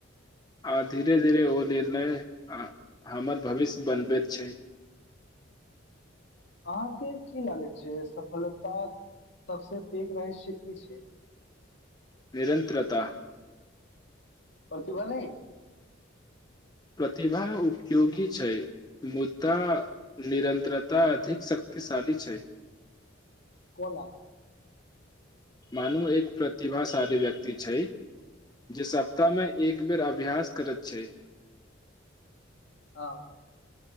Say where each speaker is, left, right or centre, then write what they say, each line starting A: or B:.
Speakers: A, on the left; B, on the left.
A: आर धीरे ध धीरे ओ निर्णय आ हमर भविष्य बनबैत छै
B: अहाँके की लागैत छै सफलता सबसे पैघ रहस्य की छै
A: निरन्तरता
B: प्रतिभा नइ
A: प्रतिभा उपयोगी छै मुद्दा निरन्तरता अधिक शक्तशाली छै
B: कोला
A: मानू एक प्रतिभाशाली व्यक्त छै जे सप्ताहमे एक बेर अभ्यास करैत छै
B: हँ